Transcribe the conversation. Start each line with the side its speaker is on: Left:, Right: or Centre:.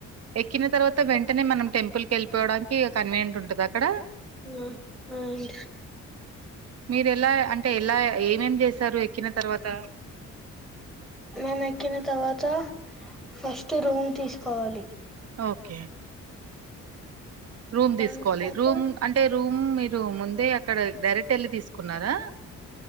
Right: ఎక్కిన తర్వాత వెంట అంటనే మనం టెంపుల్ క వెళ్ళిపోవడానికి కవీనియంట్ ఉంటుది అక్కడ
Centre: ఆ అవు
Right: మీరు ఎలా అంటే ఎలా ఏమేం చేశారు ఎక్కిన తర్వాత
Centre: మేం ఎక్కిన తర్వాత ఫస్ట్ రూమ్ తీసుకోవాలి
Right: ఓకే రూమ్
Centre: దాని
Right: తీసుకోవాలి
Centre: తర్వాత
Right: రూమ్ అంటే రూమ్ మీరు ముందే అక్కడ డైరెక్ట్ వెళ్ళి తీసుకున్నారా